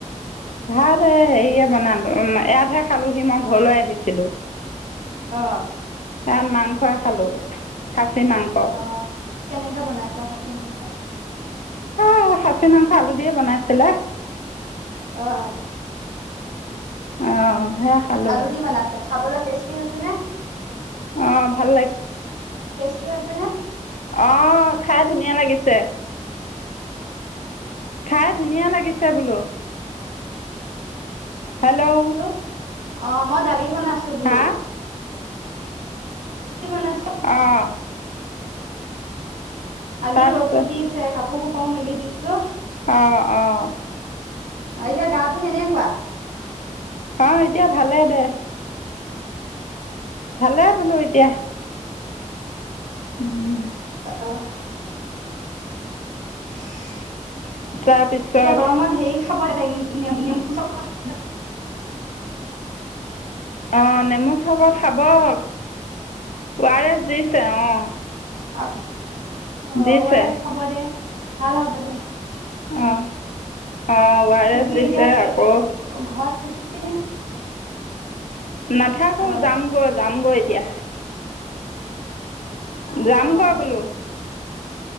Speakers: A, on the left; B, on the right.
A: ভাত হেৰিয়ে বনালো উ ইয়াতহে খালোহি মই ঘৰলৈ আহিছিলো।
B: অ
A: তাত মাংসই খালো শাক খাছি মাংস
B: অ কেনেকে বনাইছো খাজি মাংস
A: অ খাচী মাংস আলু দিয়ে বনাইছিলে
B: আহ
A: অঁ সেয়া খালোঁ
B: আলু দি বনাইছে খাবলৈ বোলো টেষ্টি হৈছে নে
A: অঁ ভাল
B: টি হৈছে নে
A: আহ খাই ধুনীয়া লাগিছে খাই ধুনীয়া লাগিছে বোলো হেল্ল'
B: ছো অ মই দালি বনাইছো বোলো
A: হা আহ
B: দালি বনাইছো আজি
A: তাৰপিছত
B: ৰ'দো দিছে কাপোৰ পো হোঁপাওঁ মেলি দিছোঁ
A: আহ আহ
B: এতিয়া গাটো কেনেকুৱা
A: আহ এতিয়া ভালে দে ভালে বোলো এতিয়া উম
B: অঁহ এতিয়া
A: তাৰপিছত
B: গৰমত হেৰি খাব এ নেমু চচ <inaudible>
A: অঁ নেমু চৰবত খাব ঔ আৰ এচ দিছে অঁ
B: আঠ অঁ
A: দিছে
B: ঔ আৰ এছ খাব দে ভাল হব দে
A: অঁ অঁ ঔ আৰ এছ
B: কি
A: দিছে
B: এতিয়া কি
A: আকৌ
B: ঘৰত থাকিবি নে?
A: নাথাকো
B: অ'
A: যাম গৈ যামগৈ এতিয়া যামগৈ
B: অ'
A: বোলো